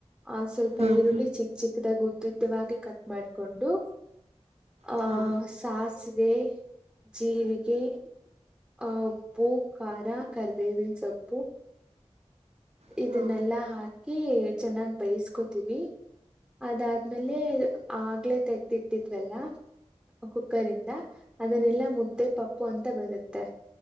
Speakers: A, in the centre; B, on the right.
A: ಆ ಸ್ವಲ್ಪ
B: ಹ್ಮ್
A: ಈರುಳ್ಳಿ ಚಿಕ್ ಚಿಕ್ದಾಗ ಗೂ ದುದ್ದವಾಗಿ ಕಟ್ ಮಾಡ್ಕೊಂಡು ಆಹ
B: ಹಾ ಹಾ ಹಾ ಹಾ ಹಾ
A: ಸಾಸಿವೆ ಜೀರಿಗೆ ಆಹ ಪ್ಪು ಖಾರ ಕರಿಬೇವಿನ ಸೊಪ್ಪು
B: ಹಾ ಹಾ
A: ಇದನ್ನೆಲ್ಲಾ ಹಾಕಿ ಚೆನ್ನಾಗ ಬೇಯಸ್ಕೋತೀವಿ ಅದಾದ್ಮೇಲೆ ಆಗ್ಲೆ ತೆಗ್ದಿ ಇಟ್ಟಿದ್ವಲ್ಲ ಕುಕ್ಕರ್ ಇಂದ ಅದನ್ನೆಲ್ಲಾ ಮುದ್ದೆ ಪಪ್ಪು ಅಂತ ಬರುತ್ತೆ